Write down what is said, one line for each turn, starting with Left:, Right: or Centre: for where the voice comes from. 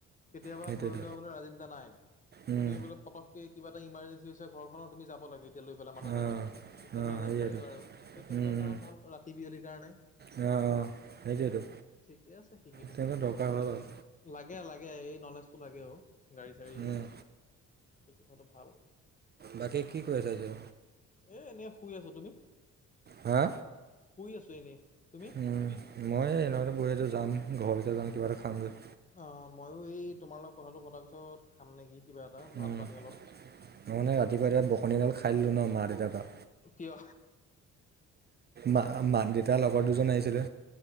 Left: কেতিয়াবা
Right: সেইটোৱেতো
Left: ধৰি লোৱা বোলে ৰাজীৱ দা নাই,
Right: উম,
Left: তুমি বোলে ফটক কে কিবা এটা ইমাৰ্জেঞ্চি হৈছে ঘৰখনৰ তুমি যাব লাগে এতিয়া লৈ পেলাই মানুহজনক,
Right: অ',
Left: তেতিয়া
Right: অ',
Left: লৈ যাব
Right: সেইটোৱেটো
Left: পাৰিবা আৰু। সেই তেনেকুৱা
Right: উম,
Left: কাৰণত
Right: উম,
Left: ভাল, ৰাতি বিয়লিৰ কাৰণে।
Right: অ'। সেইটোৱেটো
Left: ঠিকে আছে শিকি থৈচা।
Right: তেনেকুৱা দৰকাৰ হয় বাৰু
Left: লাগে- লাগে এই নলেজটো লাগে অ', গাড়ী চাড়ী যে।
Right: উম,
Left: শিকি থোৱাটো ভাল।
Right: বাকী কি কৰি আছা এতিয়া।
Left: এই এনেই শুই আছো, তুমি।
Right: হা।
Left: শুই আছো এনে, তুমি।
Right: মই এই এহেতৰ ঘৰতে বহি আছো যাম, ঘৰলেকে যাম, কিবা এটা খামগৈ।
Left: অ', ময়ো এই তোমাৰ লগত কথাটো পতাৰ পিছত খাম নেকি কিবা এটা
Right: উম।
Left: ভাত পানী অলপ।
Right: মই মানে ৰাতিপুৱাই- ৰাতিপুৱাই বকনিগাল খাই দিলো ন মা- দেউতাৰ পা।
Left: কিয়।
Right: মা-মা দেউতাৰ লগৰ দুজন আহিছিলে,